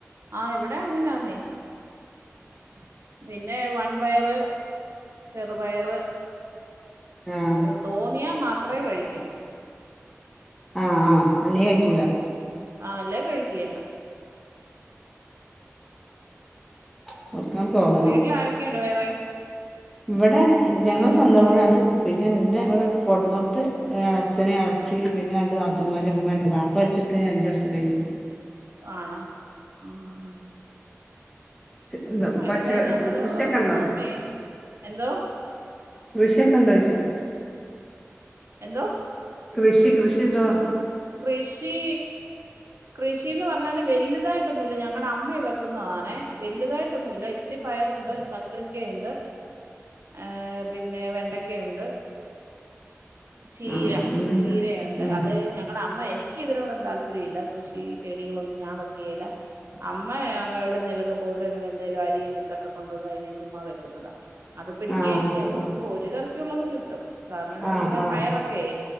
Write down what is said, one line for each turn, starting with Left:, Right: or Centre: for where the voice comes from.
Right: ആഹ് ഇവടെ അങ്ങനാന്നെ <inaudible> പിന്നെ വൻ പയറ് ചെറുപയറ്
Centre: ആഹ്
Right: ഏഹ് തോന്നിയാ മാത്രേ കഴിക്കു
Centre: ആഹ് ആഹ് അല്ലേ കഴി
Right: ആ അല്ലേ കഴിക്കിയേല്ലാ
Centre: <unintelligible>
Right: വീട്ടിലാരൊക്കെയുണ്ട് വേറെ
Centre: ഇവിടെ ഞങ്ങള് സ്വന്തം വീടാണ്. പിന്നെ ഇന്റെ ഇവിടെ കൊണ്ടന്നോട്ട്ത്ത് ഒര് എളച്ഛനും എള ച്ചിയും പിന്നെ രണ്ട് നാത്തൂമ്മാര് ഇമ്മണ്ട് വാപ്പ മരിച്ചിട്ട് അഞ്ചു വർഷം കഴഞ്ഞ്
Right: ആണോ ആഹ്
Centre: എന്താ
Right: ആഹ്
Centre: പച്ച
Right: ഇവിടെ ഞങ്ങള്
Centre: കൃഷിയൊക്കെ ഇണ്ടോ
Right: അമ്മയും എന്തോ
Centre: കൃഷിയൊക്കെ ഇണ്ടോച്ചാ
Right: എന്തോ
Centre: കൃഷി കൃഷിണ്ടോന്ന്
Right: കൃഷി കൃഷിന്ന് പറഞ്ഞാല് വലുതായിട്ടൊന്നുല്ല ഞങ്ങളുടെ അമ്മ വെക്കുന്നതാണേ വലുതായിട്ടൊന്നുല്ല ഇച്ചിരി പയറുണ്ട് ബത്രിക്കയുണ്ട് ഏഹ് പിന്നെ വെണ്ടയുണ്ട് ചീര
Centre: ആഹ് അങ്ങനെണ്ട്
Right: ചീരയുണ്ട്
Centre: ഉം
Right: അ ത് ഞങ്ങളുടെ അമ്മ എനിക്ക് ഇതിനോടും താല്പര്യല്ല കൃഷി ചെടികളൊന്നും ഞാൻ വെക്കുയേല്ലാ അമ്മ അവിട്ന്ന് ഇതിലെയൊക്കെ പോയിട്ട് വരു എന്തേലും അരിയും വിത്തൊക്കെ കൊണ്ടന്നു കഴിഞ്ഞാചുമ്മാ വെക്കുന്നതാ അത് പിടിക്കേം
Centre: ആഹ് അത്
Right: ചെയ്യും
Centre: ശരി
Right: അപ്പൊ നമുക്ക് ഒര് കറിക്കുള്ളത് കിട്ടും. കാരണം എന്താന്ന്
Centre: ആഹ്
Right: വെച്ചാ
Centre: ആഹ്
Right: പായറൊക്കെ